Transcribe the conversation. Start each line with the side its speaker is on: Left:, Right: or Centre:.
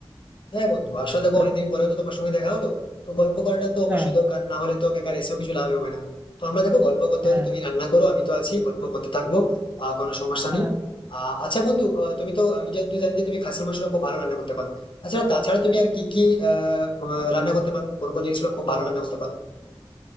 Left: হ্যাঁ বন্ধু আসলে দেখো
Right: তো,
Left: অনেকদিন পরেও তো তোমার সঙ্গে দেখা হলো তো গল্প করাটা তো অবশ্যই
Right: হ্যাঁ
Left: দরকার না হলে তো বেকার এসেও কিছু লাভ হবে না তো আমরা দেখো গল্প করতে হলে
Right: হ্যাঁ
Left: তুমি রান্না করো আমি তো আছি গল্প করতে থাকবো আহ কোনো সমস্যা
Right: হ্যাঁ,
Left: নেই আহ আচ্ছা বন্ধু আহ, তুমি তো আমি যেহেতু জানি যে তুমি খাসির মাংসটা খুব ভালো রান্না করতে পারো আচ্ছা তাছাড়া তুমি আর কি কি আহ আহ, রান্না করতে পারো কোন কোন জিনিসগুলো খুব ভালো রান্না করতে পারো